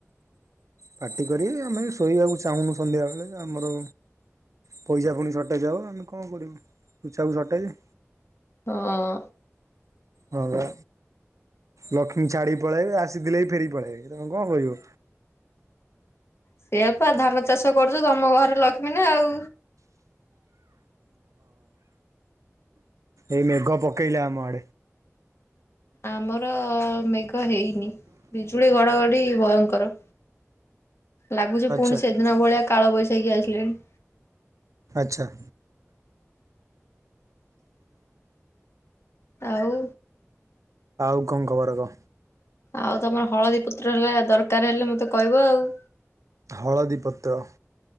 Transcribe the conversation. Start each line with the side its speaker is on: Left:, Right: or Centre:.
Right: ପାଟି କରିବେ ଆମେ ଶୋଇବାକୁ ଚାହୁଁନୁ ସନ୍ଧ୍ୟାବେଳେ ଆମର ପଇସା ପୁଣି ସର୍ଟେଜ ହବ ଆମେ କଅଣ କରିବୁ ତୁଛାକୁ ସର୍ଟେଜେ
Left: ହଁ
Right: ହଁ ବା ଲକ୍ଷ୍ମୀ ଛାଡିକି ପଳେଇବେ ଆସିଥିଲେ ବି ଫେରି ପଳେଇବେ ତମେ କଅଣ କରିବ
Left: ସେଇଆପା ଧାନ ଚାଷ କରୁଚ ତମ ଘରେ ଲକ୍ଷ୍ମୀ ନା ଆଉ
Right: ଏଇ ମେଘ ପକେଇଲା ଆମ ଆ
Left: ଆମର ମେଘ ହେଇନି, ବିଜୁଳି ଘଡଘଡି ଭୟଙ୍କର ଲାଗୁଚି
Right: ଆଚ୍ଛା
Left: ପୁଣି ସେଦିନ ଭଳିଆ କାଳ ବୈଶାଖି ଆସିଲେଣି।
Right: ଆଚ୍ଛା।
Left: ଆଉ
Right: ଆଉ କଣ ଖବର କ?
Left: ଆଉ ତମର ହଳଦୀ ପତ୍ର ହେରିକା ଦରକାର ହେଲେ ମତେ କହିବ ଆଉ।
Right: ହଳଦୀ ପତ୍ର